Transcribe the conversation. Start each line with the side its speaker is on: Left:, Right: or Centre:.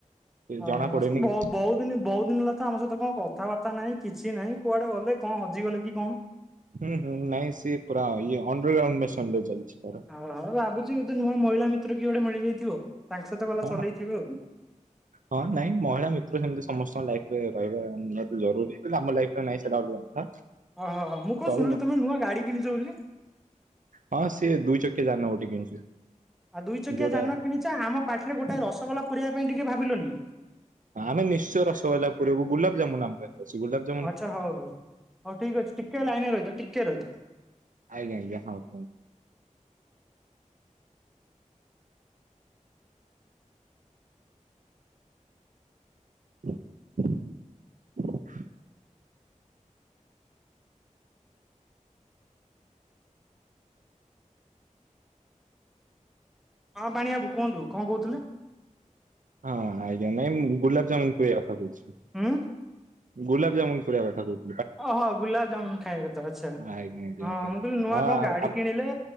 Right: ସେ
Centre: ହଁ
Right: ଜଣା ପଡେନି।
Centre: ସେ
Right: କିଛି।
Centre: ବହୁ ବଉ ଦିନି ବଉ ଦିନି ଲା ତ ଆମ ସହିତ କଣ କଥାବାର୍ତ୍ତା ନାହିଁ କିଛି ନାହିଁ କୁଆଡେ ଗଲେ କଣ ହଜିଗଲେ କି କଣ।
Right: ହୁଁ ହୁଁ ନାଇଁ ସିଏ ପୁରା ଇଏ ଅଣ୍ଡର ଗ୍ରାଉଣ୍ଡମେସନରେ ଚାଲିଛି ତାର
Centre: ହ ହ ଭାବୁଛି ଉଧେ ନୂଆ ମହିଳା ମିତ୍ର କିଏ ଗୋଟେ ମିଳିଯାଇଥିବ ତାଙ୍କ ସହିତ ଗଲା
Right: ହଁ।
Centre: ଚଲେଇଥିବ
Right: ହଁ ନାଇଁ ମହିଳା ମିତ୍ର ସେମିତି ସମସ୍ତଙ୍କ ଲାଇଫ ରେ ରହିବା ନିହାତି ଜରୁରୀ <unintelligible> ଆମ ଲାଇଫ ରେ ନାଇଁ ସେଇଟା ଅଲଗା କଥା।
Centre: ଓହୋ ମୁଁ କଣ
Right: ଚଳିବ
Centre: ଶୁଣିଲି ତମେ ନୂଆ ଗାଡ଼ି କିଣିଛ ବୋଲି।
Right: ହଁ ସିଏ ଦୁଇ ଚକିଆ ଜାନ ଗୋଟେ କିଣିଛି।
Centre: ଆଉ ଦୁଇ ଚକିଆ
Right: ଯୋଉଟା
Centre: ଯାନ କିଣିଛ ଆମ ପାଟିରେ ଗୋଟେ ରସଗୋଲା ପୁରେଇବା ପାଇଁ ଟିକେ ଭାବିଲନି।
Right: ଆମେ ନିଶ୍ଚୟ ରସଗୋଲା ପୂରେଇବୁ ଗୁଲାପ ଜାମୁନ ଆମ୍ ପେ ଏ ସି ଗୁଲାପ ଜାମ
Centre: ଆଚ୍ଛା ହଉ ହଉ ହଉ ଠିକ ଅଛି ଟିକେ ଲାଇନ ରହିଥା ଟିକେ ରହିଥା
Right: ଆଜ୍ଞ ଆଜ୍ଞା ହଉ ହଉ <inaudible>
Centre: ହଁ ପାଣି ଆବୁ କୁହନ୍ତୁ କଣ କହୁଥିଲେ?
Right: ହଁ ଆଜ୍ଞା ନାଇଁ ମୁଁ ଗୁଲାପଜାମୁନ କୁଇଆ କଥା କହୁଛି।
Centre: ଉଁ
Right: ଗୁଲାପଜାମୁନ ପୁରେଇଆ କଥା କହୁଛି
Centre: ଓହୋ ଗୁଲାବଜାମୁନ ଖାଇଆ କଥା ଆଚ୍ଛା
Right: ଆଜ୍ଞା ଆଜ୍ଞା
Centre: ହଁ ମୁଁ କଲ ନୂଆ
Right: ଆ-
Centre: କଣ ଗାଡି
Right: ଆ-
Centre: କିଣିଲେ।